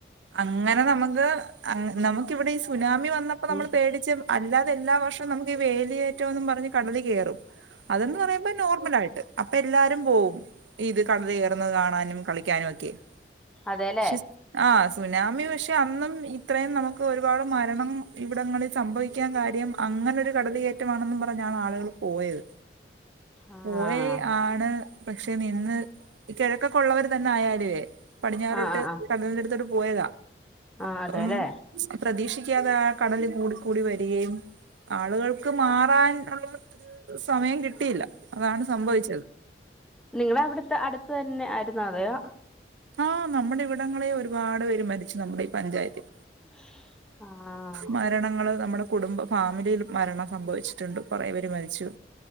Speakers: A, on the right (about 85°); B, in the centre.
A: അങ്ങന നമുക്ക് അങ് നമു ക്കിവിടെ ഈ സുനാമി വന്നപ്പോ നമ്മള്
B: ഉം
A: പേടിച്ചും അല്ലാതെ എല്ലാ വർഷം നമുക്ക് വേലിയേറ്റോംന്നും പറഞ്ഞ് കടല് കേറും, അതന്ന് പറയുമ്പോ നോർമലായിട്ട് അപ്പൊ എല്ലാരും പോവും ഇത് കടല് കേറുന്നത് കാണാനും കളിയ്ക്കാനുഒക്കെയി
B: അതേല്ലേ
A: പക്ഷെ ആഹ് സുനാമി പക്ഷെ അന്നും ഇത്രയും നമുക്ക് ഒരുപാട് മരണം ഇവിടങ്ങളിൽ സംഭവിക്ക്യാൻ കാര്യം അങ്ങനൊരു കടലുകേറ്റമാണെന്നും പറഞ്ഞാണ് ആളുകള് പോയത്
B: ആഹ്
A: പോയെ ആണ് പക്ഷെ നിന്ന് കിഴക്കൊക്കെ ഒള്ളവര് തന്നെ ആയാല് പടിഞ്ഞാറോട്ട്
B: ആഹ് ആഹ് ആഹ്
A: കടലിന്റടുത്തോട്ട് പോയതാ അപ്പം
B: ആഹ് അതേല്ലേ
A: പ്രതീക്ഷിയ്ക്കാതെ ആ കടല് കൂടിക്കൂടി വരികയും ആളുകൾക്ക് മാറാൻ ഉള്ള ഒരു സമയം കിട്ടിയില്ല അതാണ് സംഭവിച്ചത്
B: നിങ്ങളവിടുത്തെ അടുത്ത് തന്നെ ആയിരുന്നോ അതെയോ
A: ആഹ് നമ്മുടെ ഇവിടങ്ങളിൽ ഒരുപാട് പേര് മരിച്ചു നമ്മുടെ ഈ പഞ്ചായത്തിൽ
B: <unintelligible> ആഹ്
A: മരണങ്ങള് നമ്മുടെ കുടുംബ ഫാമിലിയിലും മരണം സംഭവിച്ചിട്ടുണ്ട് കുറെ പേര് മരിച്ചു